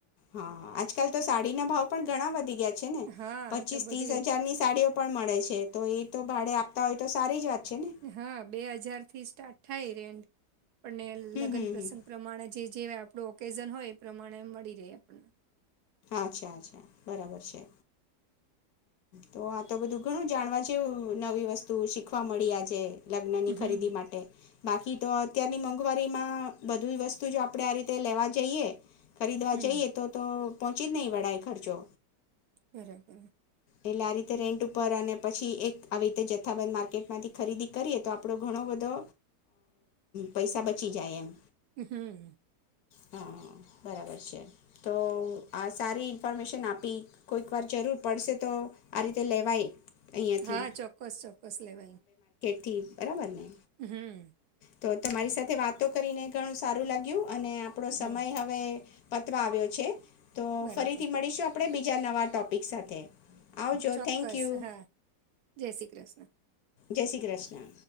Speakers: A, on the left; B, on the right.
A: હા હા આજ કલ તો સાડીના ભાવ પણ ઘણા વધી ગયા ને
B: હા
A: પચીસ
B: તો બધી
A: ત્રીસ હજાર ની સાડીઓ પણ મળે છે. તો એ તો ભાડે આપતા હોય તો સારી જ વાત છે ને
B: હા બે હજાર થી સ્ટાર્ટ થાય રેન્ડ. આપને લગ્ન
A: હમ હમ
B: પ્રસંગ
A: હમ
B: પ્રમાણે જે જે આપણું ઓકેઝન હોય એ પ્રમાણે મળી રહે આપણને.
A: અચ્છા અચ્છા. બરાબર છે. તો આ તો બધું ઘણું જાણવા જેવું નવી વસ્તુ શીખવા મળી આજે લગ્ન ની
B: હમ
A: ખરીદી માટે બાકી તો અત્યારની મોંઘવારીમાં બધી વસ્તુ જો આપડણે આ રીતે લેવા જઈએ ખરીદવા
B: હમ
A: જઈએ તો તો પહોંચી જ નહીં વાડાઈ ખર્ચો.
B: બરાબર.
A: એટલે આ રીતે રેન્ટ ઉપર અને પછી એક આવી રીતે જથ્થાબંધ માર્કેટમાંથી ખરીદી કરીએ તો આપણો ઘણો બધો પૈસા બચી જાય એમ.
B: હમ્મ.
A: હા બરાબર છે તો આ સારી ઇન્ફોર્મેશન આપી કોઈક વાર જરૂર પડશે તો આ રીતે લેવાય અહીંયાથી
B: હા ચોક્કસ ચોક્કસ લેવાઈ.
A: થી બરાબરને.
B: હમ્મ.
A: તો તમારી સાથે વાતો કરીને ઘણું સારું લાગ્યું અને આપણો સમય
B: હા
A: હવે પતવા આવ્યો છે. તો
B: બરાબર
A: ફરીથી મળીશું આપ આપણે બીજા નવા ટોપિક સાથે. આવજો
B: ચોક્કસ
A: થેન્ક યુ
B: હા જય શ્રી કૃષ્ણ.
A: જય શ્રી કૃષ્ણ.